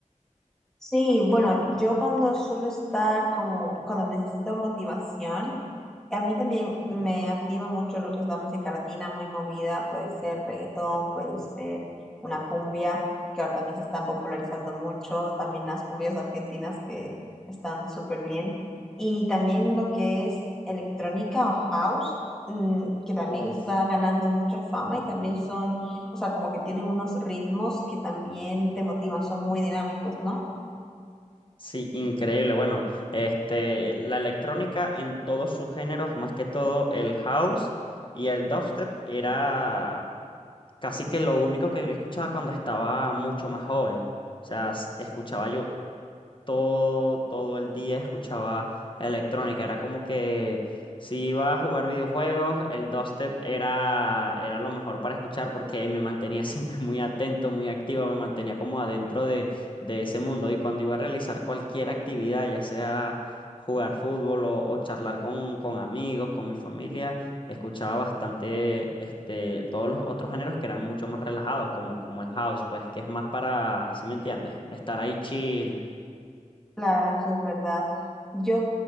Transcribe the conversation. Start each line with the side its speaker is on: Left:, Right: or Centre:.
Centre: Sí, bueno, yo cuando suelo estar como, cuando necesito motivación, a mí también me activa mucho lo que es la música latina muy movida, puede ser reggaetón, puede ser una cumbia, que ahora también se están popularizando mucho, también las cumbias argentinas que están súper bien, y también lo que es electrónica o house, mm, que también
Left: Uf.
Centre: está ganando mucha fama y también son, o sea, como que tienen unos ritmos que también te motivan, son muy dinámicos, ¿no?
Left: Sí, increíble. Bueno, este, la electrónica en todos sus géneros, más que todo el house y el dubstep, era casi que lo único que yo escuchaba cuando estaba mucho más joven. O sea, s- escuchaba yo todo, todo el día escuchaba electrónica. Era como que si iba a jugar videojuegos, el dubstep era, era lo mejor para escuchar porque me mantenía <laughs> siempre muy atento, muy activo, me mantenía como adentro de, de ese mundo. Y cuando iba a realizar cualquier actividad, ya sea jugar fútbol o, o charlar con, con amigos, con mi familia, escuchaba bastante este, todos los otros géneros que eran mucho más relajados, como, como el house, pues que es más para, si me entiendes? Estar ahí chill,
Centre: Claro, eso es verdad. Yo,